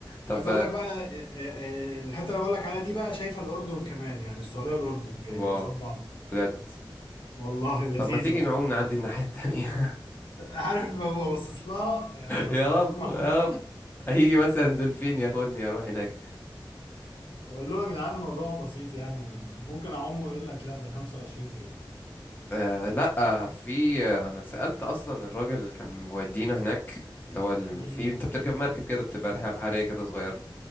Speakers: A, on the left; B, on the left.
A: طب
B: عايز اقول لك بقى آه، آه، آه، الحته اللي بقول لك عليها دي بقى شايفه الاردن كمان يعني السعوديه والاردن جايبين
A: واو
B: قصاد بعض
A: بجد
B: والله لذيذه
A: طب ما تيجي
B: بصراحه
A: نعوم نعدي الناحيه التانيه
B: عارف ما ببصص لها يعني طب
A: يا
B: ما
A: رب
B: أنا أعوم.
A: يا رب هيجي مثلا دولفين ياخدني اروح هناك
B: بقول لهم يا جدعان الموضوع بسيط يعني ممكن اعوم ويقول لك لا ده 25 كيلو
A: آه لا آه، في آه، انا سألت اصلا الراجل اللي كان مودينا هناك اللي هو اللي
B: امم
A: في انت بتركب مركب كده بتبقى رحله بحريه كده صغيره